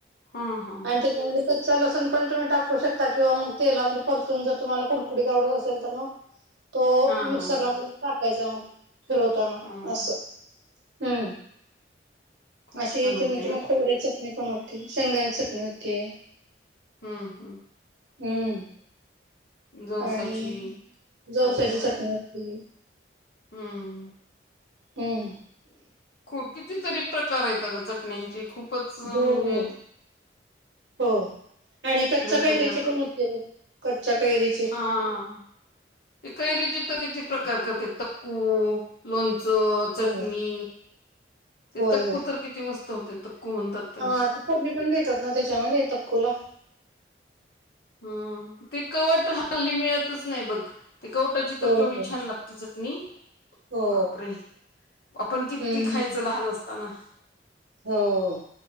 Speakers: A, on the left (about 55°); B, on the right (about 75°).
A: हा हा
B: अन त्याच्यामदि कच्च, लसुण पण तुम्ही टाकू शकता किंवा मग तेलामदि परतून, जर तुम्हाला कुडकुडीत आवडत असेल, तर मग <inaudible> तो
A: हा हा
B: मिक्सरला
A: हा हा
B: म टाकायचा मग, फिरवताना
A: हम्म
B: असं, हम्.
A: खूप
B: अशी
A: छान होते
B: त, म्हणजे म
A: ना
B: खोबऱ्याची चटणी बनवते, शेंगदाणन्या चटणी होती.
A: हम्.
B: हम्म.
A: जवसाची
B: आणि जवसाची
A: आणि
B: चटणी होती.
A: हम्म.
B: हम.
A: खूप कितीतरी प्रकार येता ग, चटनींचे खूपच म्हणजे
B: हो हो हो आणि कच्च्या
A: वेगवेगळ्या
B: कैरीची पण होते बघ कच्च्या कैरी
A: हां, ते कैरीचे त किती प्रकार करते, तकू लोणचं, चटणी
B: हो
A: ते
B: होय
A: तक्कू तर किती मस्त होतय, तक्कू म्हणतात. त्याला
B: हां ते फोडणी पण देतात ना, त्याच्यामध्ये तक्कूला?
A: हम्म, ते कवट हल्ली मिळतच नाही बघ, ते कवटाची
B: हो
A: तर केवढी
B: हो
A: छान लागते चट नी,
B: हो
A: बापरे आपण किती
B: हम्म
A: खायचो,
B: हम्म
A: लहान असताना.
B: हो